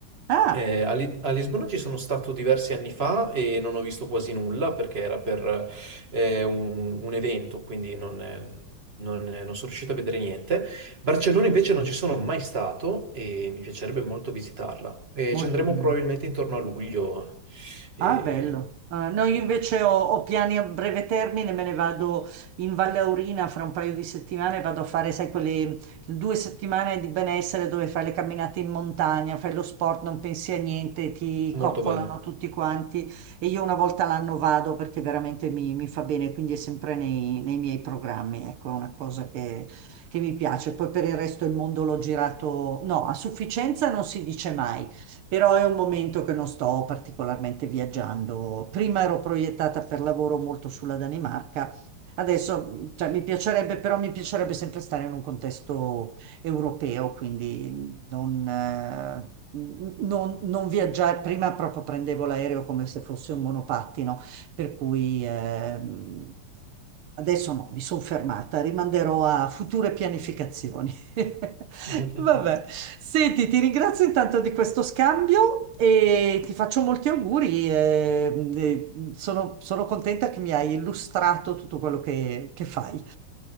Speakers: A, on the right (about 75°); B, on the right (about 30°).
A: Ah,
B: Eh, a, Li- a Lisbona ci sono stato diversi anni fa e non ho visto quasi nulla perché era per eh, un, un evento, quindi non, eh, non, eh, non sono riuscito a vedere niente. Barcellona invece non ci sono mai stato e mi piacerebbe molto visitarla. E
A: molto
B: ci andremo
A: bene.
B: probabilmente intorno a luglio. E-
A: Ah, bello. Ah, no, io
B: mm, mm,
A: invece ho, ho piani a breve termine, me ne vado in Valle Aurina fra un paio di settimane, vado a fare, sai, quelle due settimane di benessere dove fai le camminate in montagna, fai lo sport, non pensi a niente, ti coccolano
B: Molto bello.
A: tutti quanti e io una volta l'anno vado perché veramente mi, mi fa bene, quindi è sempre nei, nei miei programmi, ecco, è una cosa che, che mi piace. Poi per il resto il mondo l'ho girato, no, a sufficienza non si dice mai però è un momento che non sto particolarmente viaggiando. Prima ero proiettata per lavoro molto sulla Danimarca, adesso, cioè, mi piacerebbe, però mi piacerebbe sempre stare in un contesto europeo, quindi non... eh, non- non viaggiare, prima proprio prendevo l'aereo come se fosse un monopattino, per cui ehm, Adesso no, mi sono fermata, rimanderò a future pianificazioni. <laughs>
B: <laughs>
A: Vabbè, senti, ti ringrazio intanto di questo scambio e ti faccio molti auguri. eh, eh, sono, sono contenta che mi hai illustrato tutto quello che che fai.